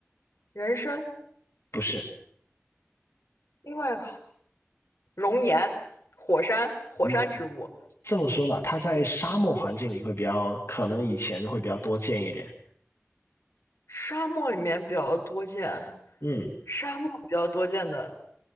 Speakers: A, on the left; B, on the left.
A: 人参。
B: 不是。
A: 另外一个熔岩、火山、火山植物，
B: 嗯。这么说吧，它在沙漠环境里会比较，可能以前会比较多见一点。
A: 沙漠里面比较多见，
B: 嗯，
A: 沙漠比较多见的